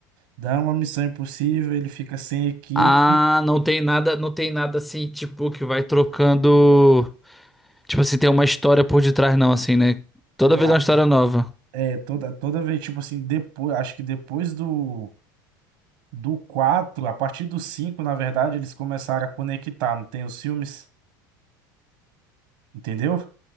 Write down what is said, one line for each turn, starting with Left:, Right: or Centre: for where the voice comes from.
Right: Dá uma missão impossível, ele fica sem equipe.
Centre: Ah, não tem nada, não tem nada assim, tipo, que vai trocando. Tipo assim, tem uma história por detrás, não, assim, né? Toda
Right: É,
Centre: vez é uma história nova.
Right: É, toda, toda vez, tipo assim, depois, acho que depois do, do quatro a partir do cinco na verdade, eles começaram a conectar, não tem os filmes, entendeu?